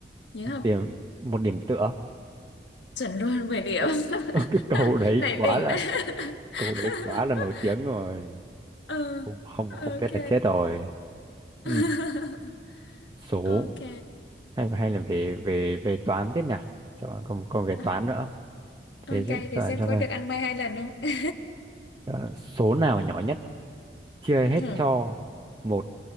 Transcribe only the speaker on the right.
điểm một điểm tựa
Ờ, ờ, cái
cầu đấy
quá
là
cầu
đấy quá là nổi tiếng rồi
không không không
biết là chết rồi ừ.
số
hay hay là về về về toán tiếp nhỉ chọn còn còn về
toán nữa
thế chứ-
chọn
cho
này
Chọn số nào nhỏ nhất chia hết
cho một